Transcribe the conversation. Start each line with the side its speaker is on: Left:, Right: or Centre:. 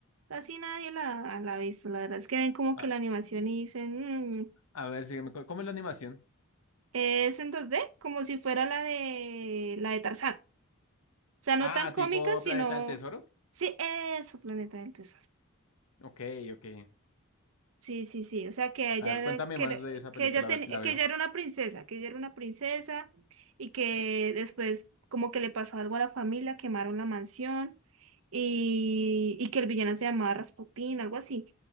Right: casi nadie la, la ha visto, la verdad, es que ven como
Left: A,
Right: que la animación y dicen, "Mm".
Left: a ver, sígueme. con- ¿Cómo es la animación?
Right: es en 2D, como si fuera la de, la de Tarzán. sea, no
Left: Ah,
Right: tan cómica,
Left: tipo
Right: sino...
Left: Planeta del Tesoro.
Right: Sí, eso, Planeta del Tesoro.
Left: Ok, ok.
Right: Sí, sí, sí. O sea, que ella,
Left: A ver,
Right: era-
Left: cuéntame
Right: que,
Left: más
Right: era-
Left: de esa
Right: que
Left: película,
Right: ella ten-
Left: a ver si la veo.
Right: que ella era una princesa, que ella era una princesa y que después como que le pasó algo a la familia, quemaron la mansión y, y que el villano se llamaba Rasputín, algo así.